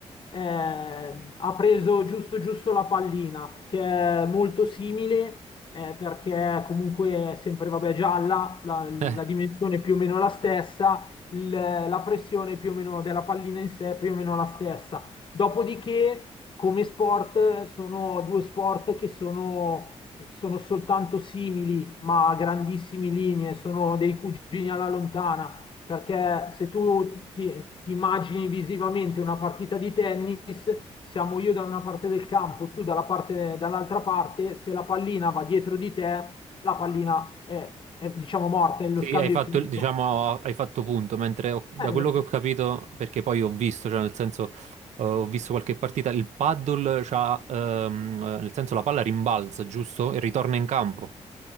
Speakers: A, on the left; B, on the right.
A: eh, ha preso giusto giusto la pallina, che è molto simile eh, perché comunque è sempre vabbè, gialla, la, la
B: <laughs>
A: dimensione è più o meno la stessa, il- la pressione più o meno della pallina in sé è più o meno la stessa. Dopodiché, come sport, sono due sport che sono, sono soltanto simili, ma a grandissime linee, sono dei cugini alla lontana perché se tu ti, ti immagini visivamente una partita di tennis, siamo io da una parte del campo, tu dalla parte, dall'altra parte, se la pallina va dietro di te, la pallina è, è, diciamo morta e lo
B: Sì,
A: scambio
B: hai fatto,
A: è finito.
B: il- diciamo, hai fatto punto, mentre ho- da
A: Eh,
B: quello che ho capito, perché poi ho visto, cioè nel senso, eh, ho visto qualche partita, il paddle c'ha, ehm, eh, nel senso la palla rimbalza, giusto? E ritorna in campo.